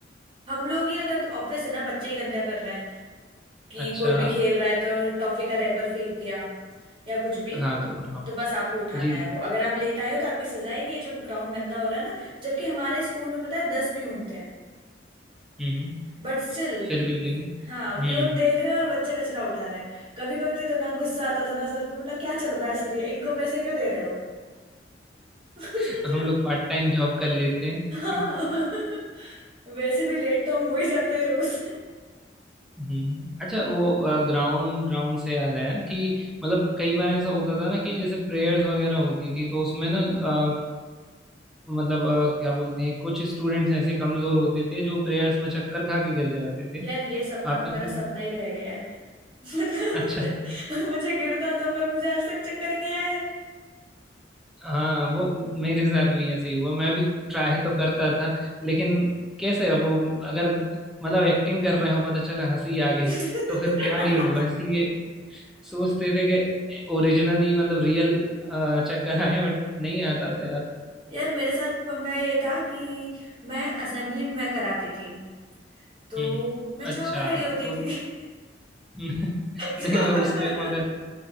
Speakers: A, on the right; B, in the centre.
A: हम लोग ही अगर ऑब्वियस है ना बच्चे ही गंदा कर रहे हैं कि
B: अच्छा
A: कोई भी खेल रहा है तो टॉफी का रैपर फेंक दिया या कुछ भी
B: हाँ तो बताओ
A: तो बस आपको उठाना
B: जी
A: है वो अगर आप लेट आए हो तो आपकी सजा है कि ये जो ग्राउंड गंदा हो रहा है ना जबकि हमारे स्कूल में पता है दस प्यून थे
B: हम्म हम्म,
A: बट स्टिल
B: फिर भी लेकिन
A: हाँ
B: हम्म
A: प्यून देख रहे हैं और बच्चा कचरा उठा रहा है कभी कभी तो इतना गुस्सा आता था ना सर पे मतलब क्या चल रहा है सर ये इनको पैसे क्यों दे रहे हो <laughs>
B: <laughs> हम लोग पार्ट टाइम जॉब कर लेते हैं
A: हाँ
B: <laughs>
A: <laughs> वैसे भी लेट तो हम हो ही जाते हैं रोज
B: हम्म अच्छा वो ग्राउंड ग्राउंड से याद आया कि मतलब कई बार ऐसा होता था ना कि जैसे प्रेयर्स वगैरह होती थी तो उसमें ना अ, मतलब अ, क्या बोलते हैं कुछ स्टूडेंट्स ऐसे कमजोर होते थे जो प्रेयर्स में चक्कर खा के गिर जाते थे
A: यार ये सपना
B: आपके
A: तो मेरा
B: <laughs>
A: सपना ही रह गया है <laughs> मतलब
B: अच्छा
A: मुझे गिरना था पर मुझे आज तक चक्कर ही नहीं आया
B: हाँ वो मेरे साथ भी ऐसे ही हुआ मैं भी ट्राई तो करता था लेकिन कैसे अब वो अगर मतलब एक्टिंग कर रहे हो पता चला हंसी आ गई
A: <laughs>
B: तो फिर क्या ही होगा इसलिए सोचते थे कि ओरिजिनली मतलब रियल चक्कर आए बट नहीं आता था यार
A: यार मेरे साथ पंगा ये था कि मैं असेंबली में कराती थी तो
B: हम्म हम्म।
A: मैं छांव
B: अच्छा
A: में खड़ी होती
B: तो
A: थी <laughs>
B: <laughs>
A: तो,
B: नहीं और उस टाइम अगर